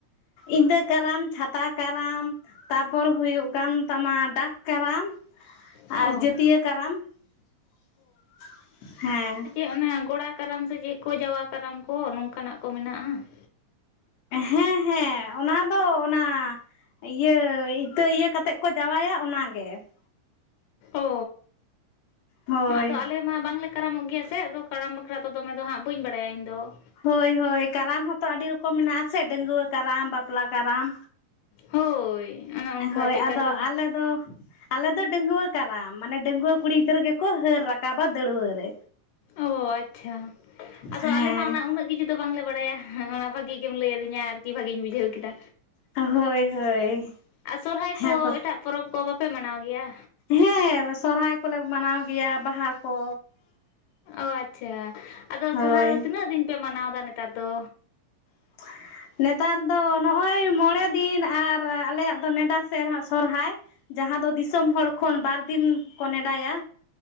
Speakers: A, on the left; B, on the left.
A: ᱤᱸᱫᱟᱹ ᱠᱟᱨᱟᱢ, ᱪᱷᱟᱛᱟ ᱠᱟᱨᱟᱢ, ᱛᱟᱯᱚᱨ, ᱦᱩᱭᱩᱜ ᱠᱟᱱ ᱛᱟᱢᱟ, ᱰᱟᱠ ᱠᱟᱨᱟᱢ,
B: ᱚ
A: ᱟᱨ, ᱡᱟᱹᱛᱭᱟᱹ ᱠᱟᱨᱟᱢ ᱾ ᱦᱮᱸ ᱾
B: ᱚᱱᱮ, ᱜᱚᱲᱟ ᱠᱟᱨᱟᱢ ᱥᱮ ᱪᱮᱫ ᱠᱚ, ᱡᱟᱣᱟ ᱠᱟᱨᱟᱢ ᱠᱚ, ᱱᱚᱝᱠᱟ ᱱᱟᱜ ᱠᱚ, ᱢᱮᱱᱟᱜᱼᱟ ᱾
A: ᱦᱮᱸ ᱦᱮᱸ, ᱚᱱᱟ ᱫᱚ, ᱚᱱᱟ ᱤᱭᱟᱹ, ᱤᱛᱟᱹ ᱤᱭᱟᱹ ᱠᱟᱛᱮᱫ ᱠᱚ, ᱡᱟᱶᱟᱭᱟ ᱚᱱᱟ ᱜᱮ ᱾
B: ᱚᱻ
A: ᱦᱳᱭ
B: ᱟᱫᱚ? ᱟᱞᱮ ᱢᱟ, ᱵᱟᱝᱞᱮ ᱠᱟᱨᱟᱢᱚᱜ ᱜᱮᱭᱟ, ᱥᱮ ᱟᱫᱚ ᱠᱟᱨᱟᱢ ᱵᱟᱠᱷᱨᱟ ᱛᱮ ᱫᱚ, ᱫᱚᱢᱮ ᱫᱚ ᱦᱟᱸᱜ ᱵᱟᱹᱧ, ᱵᱟᱲᱟᱭᱟ ᱤᱧ ᱫᱚ ᱾
A: ᱦᱳᱭ ᱦᱳᱭ, ᱠᱟᱨᱟᱢ ᱦᱚᱸᱛᱚ, ᱟᱹᱰᱤ ᱨᱚᱠᱚᱢ ᱢᱮᱱᱟᱜ ᱥᱮ, ᱰᱟᱺᱜᱩᱣᱟᱹ ᱠᱟᱨᱟᱢ, ᱵᱟᱯᱞᱟ ᱠᱟᱨᱟᱢ,
B: ᱦᱳᱭ ᱚᱱᱮ ᱚᱱᱠᱟ
A: ᱦᱳᱭ
B: ᱪᱮᱫᱠᱟ
A: ᱟᱫᱚ
B: ᱪᱚᱝ
A: ᱟᱞᱮ ᱫᱚ᱾ ᱟᱞᱮ ᱫᱚ ᱰᱟᱹᱜᱟᱹᱣᱟᱹ ᱠᱟᱨᱟᱢ ᱢᱟᱱᱮ ᱰᱟᱹᱜᱟᱹᱣᱟᱹ ᱠᱩᱲᱤ ᱜᱤᱫᱨᱟᱹ ᱜᱮᱠᱚ ᱦᱟᱹᱨ ᱨᱟᱠᱟᱵᱟ ᱫᱟᱹᱲᱣᱟᱹ ᱨᱮ᱾
B: ᱚᱸ ᱟᱪᱪᱷᱟ ᱟᱫᱚ
A: ᱦᱮᱸ
B: ᱟᱞᱮ ᱢᱟ ᱚᱱᱟ ᱩᱱᱟᱹᱜ᱾ ᱠᱤᱪᱷᱩ ᱫᱚ ᱵᱟᱝᱞᱮ ᱵᱟᱲᱟᱭᱟ ᱚᱱᱟ ᱵᱷᱟᱜᱤ ᱜᱮᱢ ᱞᱟᱹᱭ ᱟᱹᱫᱤᱧᱟ ᱟᱨᱠᱤ ᱵᱷᱟᱜᱤᱧ ᱵᱩᱡᱷᱟᱹᱣ ᱠᱮᱫᱟ᱾
A: ᱦᱳᱭ ᱦᱳᱭ
B: ᱟᱨ ᱥᱚᱨᱦᱟᱭ
A: ᱦᱮᱸ
B: ᱠᱚ
A: ᱛᱚ᱾
B: ᱮᱴᱟᱜ ᱯᱚᱨᱚᱵᱽ ᱠᱚ ᱵᱟᱯᱮ ᱢᱟᱱᱟᱣ ᱜᱮᱭᱟ᱾
A: ᱦᱮᱸ ᱥᱚᱨᱦᱟᱭ ᱠᱚᱞᱮ ᱢᱟᱱᱟᱣ ᱜᱮᱭᱟ ᱵᱟᱦᱟ ᱠᱚ᱾
B: ᱚᱸ ᱟᱪᱪᱷᱟ ᱟᱫᱚ
A: ᱦᱳᱭ
B: ᱥᱚᱨᱦᱟᱭ ᱫᱚ ᱛᱤᱱᱟᱹᱜ ᱫᱤᱱ ᱯᱮ ᱢᱟᱱᱟᱣ ᱮᱫᱟ ᱱᱮᱛᱟᱨ ᱫᱚ?
A: <unintelligible> ᱱᱮᱛᱟᱨ ᱫᱚ ᱱᱚᱜ-ᱚᱭ ᱢᱚᱲᱮ ᱫᱤᱱ ᱟᱨ ᱟᱞᱮᱭᱟᱜ ᱫᱚ ᱱᱮᱰᱟ ᱥᱮᱨ ᱥᱚᱨᱦᱟᱭ᱾ ᱡᱟᱦᱟᱸ ᱫᱚ ᱫᱤᱥᱚᱢ ᱦᱚᱲ ᱠᱷᱚᱱ ᱵᱟᱨ ᱫᱤᱱ ᱠᱚ ᱱᱮᱰᱟᱭᱟ᱾